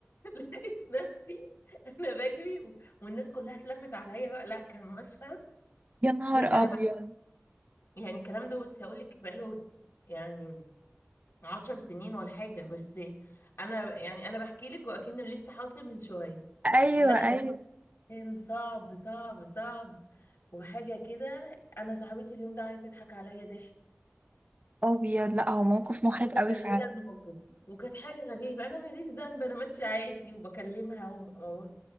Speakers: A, on the left (about 70°); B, on the right (about 35°).
A: لقيت نفسي انا بجري و- والناس كلها اتلمت عليا بقى لا كان مشهد
B: يا نهار
A: يعني
B: أبيض
A: انا يعني الكلام ده بصي هقول لك بقاله يعني عشر سنين ولا حاجة بس أنا يعني أنا بحكي لك وأكنه لسه حاصل من شوية
B: أيوه
A: لا
B: أيوه
A: لا كان صعب صعب صعب وحاجة كده أنا صاحبتي اليوم ده عايزة تضحك عليا ضحك
B: أبيض لا هو موقف محرج
A: متخيلة
B: قوي فعلا
A: الموقف وكانت حاجة غريبة أنا ماليش ذنب أنا ماشية عادي وبكلمها وم... و-